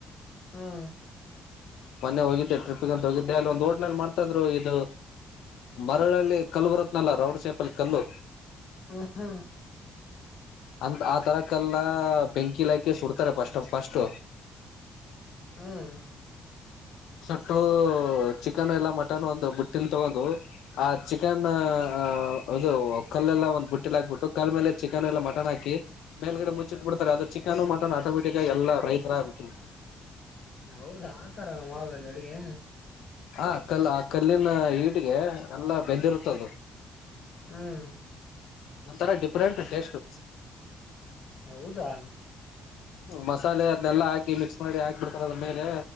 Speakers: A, on the left; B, on the left.
A: ಹ್ಮ್
B: <inaudible> ಮೊನ್ನೆ ಹೋಗಿದ್ದೆ ಟ್ರಿಪ್ಪಿಗೆ ಅಂತ ಹೋಗಿದ್ದೆ ಅಲ್ಲಿ ಒಂದು ಹೋಟ್ಲಲ್ಲಿ ಮಾಡ್ತ ಇದ್ರು ಇದು ಮರಳಲ್ಲಿ ಕಲ್ಬುರ ಆಲ್ಲ ರೌಡ್ ಸೇಪಲ್ಲಿ ಕಲ್ಲು
A: ಹ್ಮ ಹಾ
B: ಅಂತ ಆ ತರಕಲ್ಲ ಬೆಂಕಿ ಇಲಾಖೆ ಸುಡ್ತಾರೆ ಪಸ್ಟ್ ಫಸ್ಟ್
A: ಹ್ಮ್
B: ಸಟ್ಟ ಚಿಕನ್ ಇಲ್ಲ ಮಟನ್ ಒಂದು ಬುಟ್ಟಲ್ ತಗೊಂಡ್ ಆ ಚಿಕನ್ ಆ ಅದು ಕಲ್ಲೆಲ್ಲ ಒಂದ್ ಬುಟ್ಟಿಲ್ ಹಾಕ್ಬಿಟ್ಟು ಕಲ್ ಮೇಲೆ ಚಿಕನ್ ಎಲ್ಲ ಮಟನ್ ಹಾಕಿ ಮೇಲ್ಗಡೆ ಮುಚ್ಚಿಟ್ಬಿಟ್ಟು ರೆ ಅದು ಚಿಕನ್ ಮಟನ್ ಆಟೋಮೆಟಿಕ್ ಆ ಎಲ್ಲ ರೈತರಗ ಬಿಟ್ಟಿಂತೆ
A: ಹೌದಾ ಆತರ ನ ಮಾಡೋದಲ್ಲ ಅಡಗೆ
B: ಹಾ ಕಲ್ಲ ಆ ಕಲ್ಲಿನ ಹೀಟಿಗೆ ಎಲ್ಲಾ ಬೆದಿರುತದು
A: ಹ್ಮ್
B: ಒಥರ ಡಿಫ್ರೆಂಟ್ ಟೆಸ್ಟು
A: ಹೌದಾ
B: ಮಸಾಲೆ ಅದನೆಲ್ಲ ಹಾಕಿ ಮಿಕ್ಸ್ ಮಾಡಿ ಹಾಕ್ ಬಿಡ್ತಾರ ಅದ ಮೇಲೆ